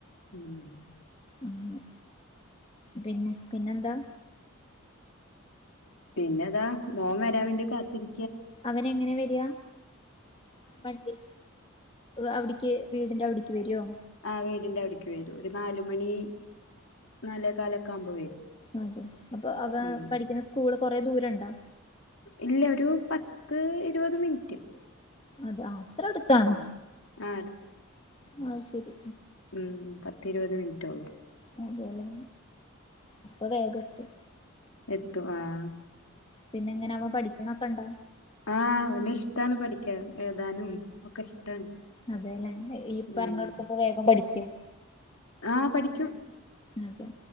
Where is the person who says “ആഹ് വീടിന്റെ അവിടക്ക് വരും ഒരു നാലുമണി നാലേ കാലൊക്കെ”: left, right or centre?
Left